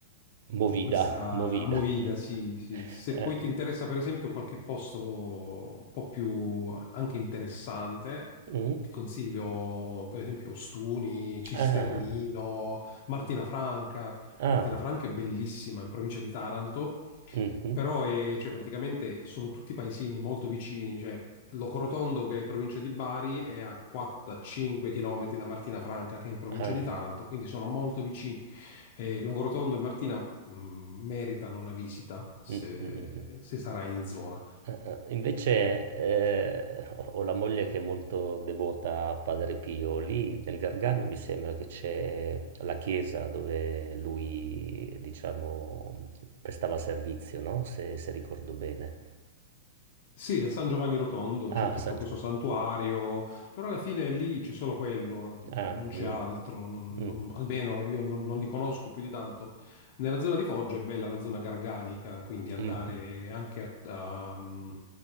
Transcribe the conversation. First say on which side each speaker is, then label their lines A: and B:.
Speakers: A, on the right; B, on the left.
A: Movida,
B: eh, Questa
A: movida.
B: movida,
A: <laughs>
B: sì, sì. Se
A: Eh,
B: poi ti interessa, per esempio, qualche posto un po' più anche interessante,
A: mm,
B: ti consiglio, per esempio, Ostuni, Cisternino,
A: ah,
B: Martina Franca.
A: ah,
B: Martina Franca è bellissima in provincia di Taranto,
A: mhm,
B: però è, cioè, praticamente sono tutti paesini molto vicini, cioè Locorotondo, che è provincia di Bari, è a 4-5 km da Martina Franca, che è in provincia
A: ah.
B: di Taranto, quindi sono molto vicini e Longorotondo e Martina mh, meritano una visita se,
A: Mh, mh, mh, mh.
B: se sarà in zona.
A: Eh, eh, Invece eh, ho ho la moglie che è molto devota a Padre Pio. Lì nel Gargano mi sembra che c'è la chiesa dove lui, diciamo, prestava servizio, no? Se, se ricordo bene.
B: Sì, a San Giovanni Rotondo
A: Ah,
B: c'è tutto
A: San
B: questo
A: Gio-
B: santuario, però alla fine lì c'è solo quello, non
A: Ah,
B: c'è
A: mm,
B: altro, non-
A: mm,
B: non- almeno io non, non li conosco più di tanto. Nella zona di Foggia è bella la zona garganica, quindi andare
A: mm,
B: anche a, a, mm,